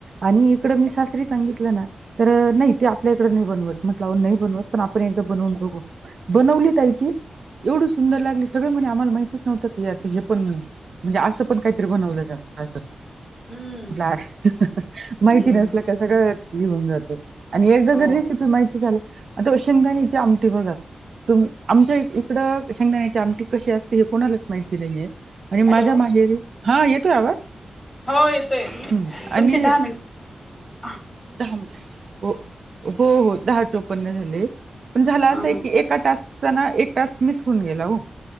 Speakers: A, on the right; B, on the left.
A: आणि इकड मी सासरी सांगितलं ना तर नाही ते आपल्याकडे नाही बनवत म्हटलं नाही बनवत पण आपण एकदा बनवून बघू बनवली तरी ती एवढी सुंदर लागली सगळे म्हणे आम्हाला माहितीच नव्हतं ये अस हे पण नाही म्हणजे असा काहीतरी बनवलं जात असं
B: हम्म.
A: नाय माहिती
B: हम्म
A: नसल का सगळं येऊन जात आणि एकदा
B: हो
A: जर रेसिपी माहिती झालं आता शेंगदाण्याची आमटी ते बघा आमच्या इकड शेंगदाण्याची आमटी कशी असते हे कोणालाच <unintelligible> आणि माझ्या
B: हॅलो
A: माहेरी हा येतोय आवाज
B: हो येतोय
A: हम्म आणि
B: तुमचे दहा मिनी
A: दहा मि हो हो हो दहा चोपन्ना झाले पण झाल असं
B: हा
A: क एका टास्चा ना एक टास्क मिस करून गेला हो